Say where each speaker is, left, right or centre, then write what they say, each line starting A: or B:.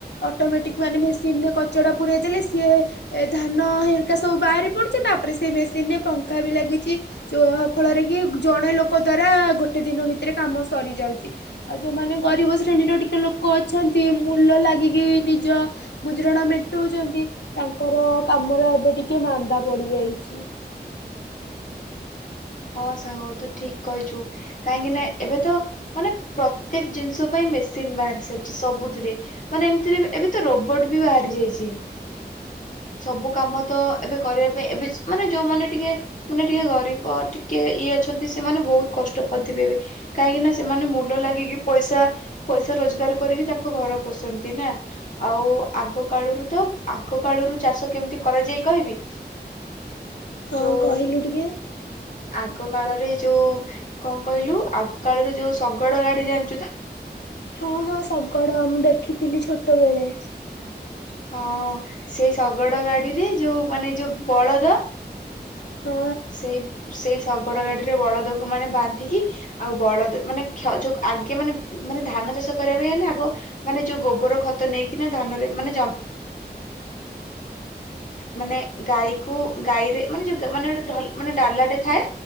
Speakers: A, on the left; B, on the left.
A: ଅଟୋମେଟିକ ମାନେ ମେସିନ୍ ମେସିନରେ କଚଡା ପୁରଇ ଦେଲେ ସିଏ ଧାନ ହେରିକା ସବୁ ବାହାରି ପଡୁଛି ତାପରେ ସେଇ ମେସିନ ରେ ପଙ୍ଖା ବି ଲାଗିଛି ଯାହା ଫଳରେ କି ଜଣେ ଲୋକ ଦ୍ଵାରା ଗୋଟେ ଦିନ ଭିତରେ କାମ ସରିଯାଉଛି ଆଉ ଯୋଉମାନେ ଗରିବ ଶ୍ରେଣୀର ଟିକେ ଲୋକ ଅଛନ୍ତି ମୂଲ ଲାଗିକି ନିଜ ଗୁଜୁରାଣା ମେଣ୍ଟଉଛନ୍ତି ତାଙ୍କର କାମରେ ଏବେ ଟିକେ ମାନ୍ଦା ପଡିଯାଇଛି।
B: ହଁ ସାଙ୍ଗ ତୁ ଠିକ କହିଛୁ କାହିଁକି ନା ଏବେ ତ ମାନେ ପ୍ରତ୍ୟେକ ଜିନିଷ ପାଇଁ ମେସିନ ବାହାରି ସାରିଛି ସବୁଥିରେ ମାନେ ଏମିତିରେ ଏବେ ତ ରୋବଟ ବି ବାହାରି ଯାଇଛି ସବୁ କାମ ତ ଏବେ କରିବା ପାଇଁ ଏବେ ମାନେ ଯୋଉମାନେ ଟିକେ ମାନେ ଟିକେ ଗରିବ କି ଇଏ ଅଛନ୍ତି ସେମାନେ ବହୁତ କଷ୍ଟ ପାଉଥିବେ ଏବେ କାହିଁକି ନା ସେମାନେ ମୁୂଲ ଲାଗିକି ପଇସା ପଇସା ରୋଜଗାର କରିକି ତାଙ୍କ ଘର ପୋଷନ୍ତି ନା ଆଉ ଆଗ କାଳରୁ ତ ଆଗ କାଳରୁ ଚାଷ କେମିତି କରାଯାଇ କହିବି
A: ହଁ
B: ଯୋଉ
A: କହିଲୁ ଟିକେ।
B: ଆଗ କାଳରେ ଯୋଉ କଣ କହିଲୁ ଆଗ କାଳରୁ ଯୋଉ ଶଗଡ ଗାଡି ଜାଣିଛୁ ତ
A: ହଁ ହଁ ଶଗଡ ମୁଁ ଦେଖିଥିଲି ଛୋଟବେଳେ।
B: ହଁ ସେଇ ଶଗଡ ଗାଡିରେ ଯୋଉ ମାନେ ଯୋଉ ବଳଦ
A: ହଁ
B: ସେଇ ସେଇ ଶଗଡ ଗାଡିରେ ବଳଦକୁ ଲୋକ ମାନେ ବାନ୍ଧିକି ଆଉ ବଳଦ ମାନେ କ୍ଷ ଯୋଉ ଆଗେ ମାନେ ମାନେ ଧାନ ଚାଷ କରିବା ପାଇଁ ହେଲେ ଆଗ ମାନେ ଯୋଉ ଗୋବର ଖତ ନେଇକିନା ଧାନରେ ମାନେ ଜମି ମାନେ ଗାଈକୁ ଗାଈରେ ମାନେ ଯୋଉ ମାନେ ଗୋଟେ ମାନେ ଡାଲାଟେ ଥାଏ